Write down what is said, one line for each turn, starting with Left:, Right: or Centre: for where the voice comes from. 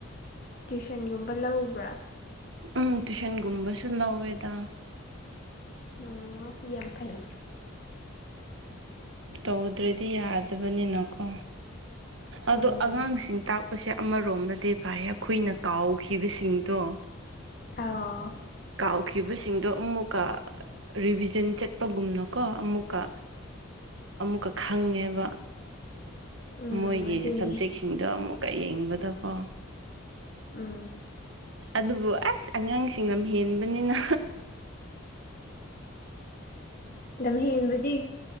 Left: ꯇ꯭ꯌꯨꯁꯟꯒꯨꯝꯕ ꯂꯧꯕ꯭ꯔꯥ
Right: ꯎꯝ ꯇ꯭ꯌꯨꯁꯟꯒꯨꯝꯕꯁꯨ ꯂꯧꯋꯦꯗ
Left: ꯑꯣ ꯌꯥꯝ ꯐꯩ
Right: ꯇꯧꯗ꯭ꯔꯗꯤ ꯌꯥꯗꯕꯅꯤꯅꯀꯣ ꯑꯗꯣ
Left: ꯎꯝ
Right: ꯑꯉꯥꯡꯁꯤꯡ ꯇꯥꯛꯄꯁꯦ ꯑꯃꯔꯣꯝꯗꯗꯤ ꯐꯥꯏꯌꯦ ꯑꯩꯈꯣꯏꯅ ꯀꯥꯎꯈꯤꯕꯁꯤꯡꯗꯣ
Left: ꯑꯥꯎ
Right: ꯀꯥꯎꯈꯤꯕꯁꯤꯡꯗꯣ ꯑꯃꯨꯛꯀ ꯔꯤꯚꯤꯖꯟ ꯆꯠꯄꯒꯨꯝꯅꯀꯣ ꯑꯃꯨꯛꯀ ꯑꯃꯨꯛꯀ ꯈꯪꯉꯦꯕ
Left: ꯎꯝ
Right: ꯃꯣꯏꯒꯤ
Left: ꯑꯗꯨꯅꯤ
Right: ꯁꯕꯖꯦꯛꯁꯤ ꯁꯤꯡꯗꯣ ꯑꯃꯨꯛꯀ ꯌꯦꯡꯕꯗꯀꯣ
Left: ꯎꯝ
Right: ꯑꯗꯨꯕꯨ ꯑꯁ ꯑꯉꯥꯡꯁꯤꯡ ꯂꯝ ꯍꯦꯟꯕꯅꯤꯅ
Left: ꯂꯝꯍꯦꯟꯕꯗꯤ